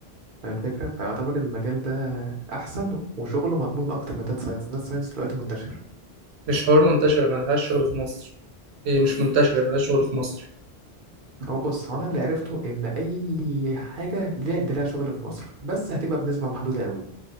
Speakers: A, on the right (about 55°); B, on the right (about 80°).
A: فاهم الفكرة فيعتبر المجال ده أحسن وشغله مضمون أكتر من داتا ساينس داتا ساينس دلوقتي منتشر
B: مش حوار منتشر ملهاش شغل في مصر هي مش منتشرة ملهاش شغل في مصر
A: هو بص هو أنا اللي عرفته إن أي حاجة ليها ده ليها شغل في مصر بس هتبقى بنسبة محدودة قوي